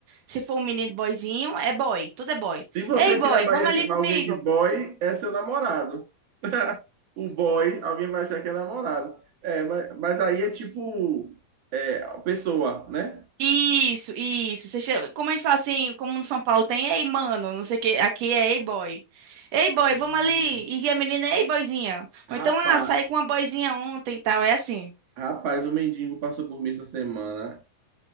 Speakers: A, on the right; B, on the right.
A: Se for um menino, boyzinho, é boy, tudo é boy.
B: Se você
A: Ei,
B: aqui
A: boy,
B: na Bahia
A: vamos
B: chamar
A: ali comigo.
B: alguém de boy, é seu namorado. <laughs> o boy, alguém vai achar que é namorado. É, mas, mas aí é tipo é, a pessoa, né?
A: Isso, isso. Você chama- como a gente fala assim, como no São Paulo tem, ei, mano, não sei o que, aqui é ei, boy. Ei, boy,
B: Hum,
A: vamos ali. E a menina, ei, boyzinha.
B: Rapaz,
A: Ou então, ah, saí com uma boyzinha ontem e tal, é assim.
B: rapaz, o mendigo passou por mim essa semana.